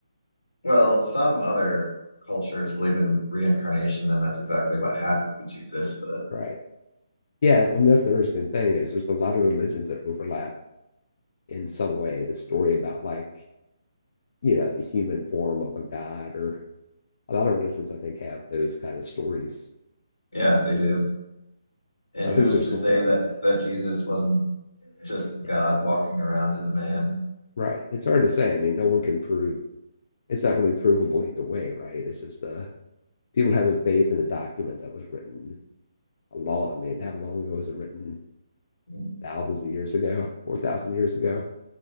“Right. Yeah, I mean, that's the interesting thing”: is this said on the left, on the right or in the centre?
Left